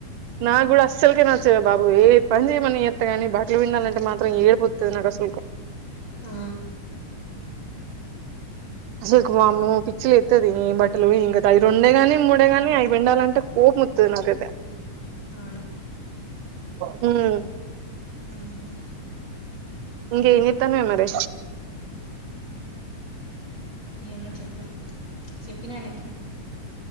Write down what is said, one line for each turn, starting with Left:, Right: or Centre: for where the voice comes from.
Right: నా గ కూడా అస్సల్ కె నచ్చే బబు ఏ పని చేయమం చేత్తగాని బట్టలు పిండాలంటే మాత్రం ఏడిపోత్తది నాకు అసలు
Left: ఆ
Right: అసలు మామ పిచ్చి లేత్తది న బట్టలు ఇంకద అవి రెండే గాని మూడే గాని అవి పిండాలంటే కోపం వత్తది నాకదతే
Left: అవును
Right: హ్మ్
Left: వి
Right: ఇంక ఎం తన్వే మరి
Left: ఐయన్న చెప్పిన చెప్పినా నే